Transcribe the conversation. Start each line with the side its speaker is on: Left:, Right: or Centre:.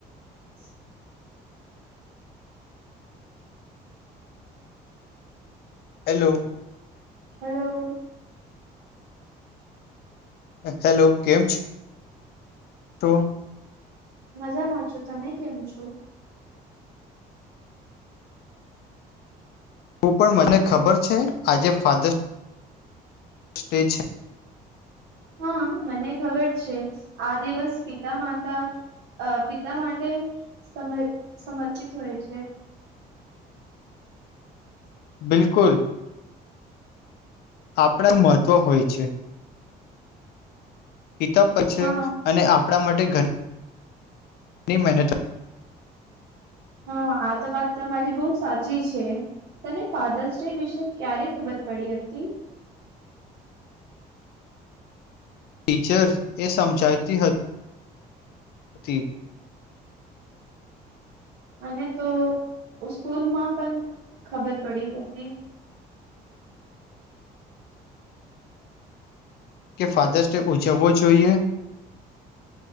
Right: <inaudible>
Left: Hello.
Right: Hello.
Left: Hello કેમ છ તો.
Right: મજામાં છો તમે કેમ છો.
Left: હું પણ મને ખબર છે આજે ફાધર્સ સ્ટે છે
Right: હા મને ખબર છે આ દિવસ પિતા માતા પિતા માટે સમ સમર્પિત હોય છે
Left: બિલકુલ આપણા મહત્ત્વ હોય છે પિકઅપ પ છે
Right: હા
Left: અને આપણા માટે ઘર લી મહેનત
Right: હા આ તો વાત તમારી બહુ સાચી છે તને ફાધર્સ ડે વિશે ક્યારે ખબર પડી હતી
Left: ટીચર્સ એ સમજાતી હતી
Right: મને તો સ્કૂલમાં પણ ખબર પડી હતી
Left: કે ફાધર્સ ડે ઉજવવો જોઈએ